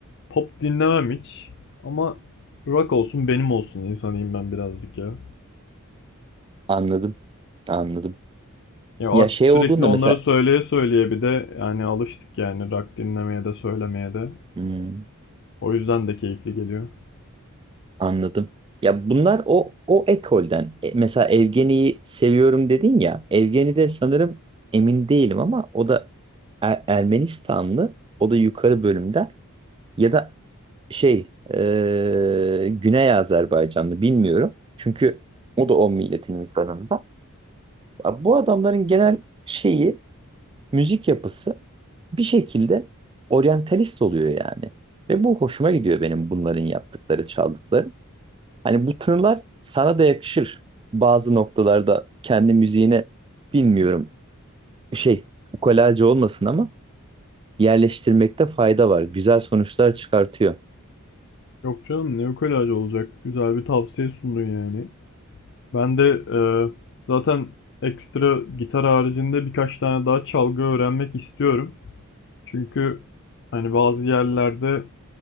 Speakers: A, on the left (about 55°); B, on the right (about 25°).
A: Pop dinlemem hiç. Ama rock olsun benim olsun insanıyım ben birazcık ya.
B: anladım. Anladım.
A: Ya artık
B: Ya şey
A: sürekli
B: olduğunda
A: onları
B: mesela
A: söyleye söyleye bir de yani alıştık yani rock dinlemeye de söylemeye de.
B: hmm,
A: O yüzden de keyifli geliyor.
B: anladım. Ya bunlar o o ekolden. E, mesela Evgeni'yi seviyorum dedin ya. Evgeni de sanırım emin değilim ama o da Er- Ermenistanlı. O da yukarı bölümde. Ya da şey e, Güney Azerbaycanlı bilmiyorum. Çünkü o da o milletin insanında. Bu adamların genel şeyi müzik yapısı bir şekilde oryantalist oluyor yani. Ve bu hoşuma gidiyor benim bunların yaptıkları, çaldıkları. Hani bu tınılar sana da yakışır. Bazı noktalarda kendi müziğine bilmiyorum şey ukalacı olmasın ama yerleştirmekte fayda var. Güzel sonuçlar çıkartıyor.
A: Yok canım ne ukulaj olacak. Güzel bir tavsiye sundun yani. Ben de e, zaten ekstra gitar haricinde birkaç tane daha çalgı öğrenmek istiyorum. Çünkü hani bazı yerlerde